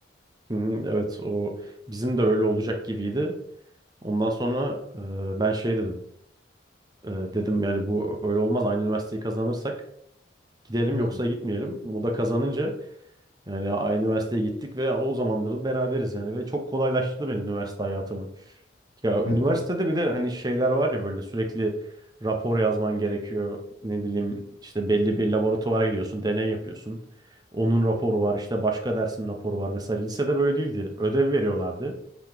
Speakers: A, on the right (about 20°); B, on the left (about 55°).
A: Hı hı, Evet o bizim de öyle olacak gibiydi. Ondan sonra e, ben şey dedim. E, dedim yani bu öyle olmaz. Aynı üniversiteyi kazanırsak gidelim
B: Hmm,
A: yoksa gitmeyelim. O da kazanınca yani aynı üniversiteye gittik ve o zamanları beraberiz yani ve çok kolaylaştırdı benim üniversite hayatımı. Ya üniversitede
B: Bence de.
A: bir de hani şeyler var ya böyle sürekli rapor yazman gerekiyor. Ne bileyim işte belli bir laboratuvara gidiyorsun, deney yapıyorsun. Onun raporu var, işte başka dersin raporu var. Mesela lisede böyle değildi. Ödev veriyorlardı.